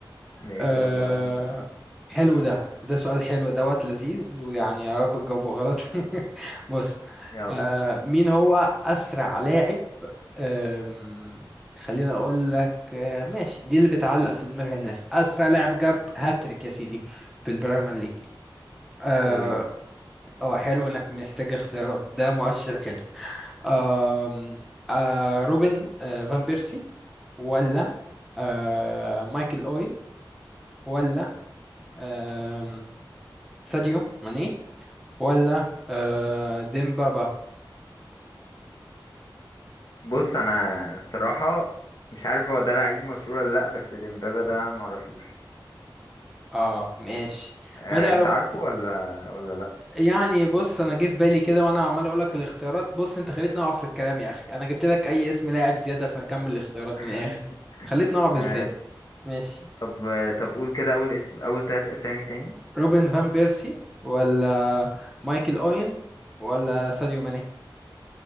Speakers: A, on the left; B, in the centre.
A: ماشي
B: آه...
A: يلا انت
B: حلو ده ده سؤال حلو دوت لذيذ ويعني يا رب تجاوبه غلط <laughs> بص
A: يلا
B: آه... مين هو أسرع لاعب أم، خليني اقول لك أه، ماشي دي اللي بتعلق في دماغ الناس اسرع لاعب جاب هاتريك يا سيدي في البريمير ليج اه
A: قولي
B: آه، حلو انك محتاج اختيارات ده مؤشر حلو أم، آه روبن آه فان بيرسي ولا آه مايكل اوين ولا آم، ساديو ماني ولا آه ديمبابا
A: بص انا الصراحه مش عارف هو ده لعيب مشهور ولا لا بس ديمبابا ده معرفوش
B: اه ماشي
A: آه
B: ما تعرف
A: انت عارفه ولا ولا لا
B: يعني بص انا جه في بالي كده وانا عمال اقول لك الاختيارات بص انت خليتني اقع في الكلام يا اخي انا جبت لك اي اسم لاعب زياده عشان اكمل الاختيارات
A: <laughs>
B: من الاخر خليتني اقع بلسان
A: آه
B: ماشي
A: طب طب قول كده اول اسم اول تلات اسامي تاني
B: روبن فان بيرسي ولا مايكل اوين ولا ساديو ماني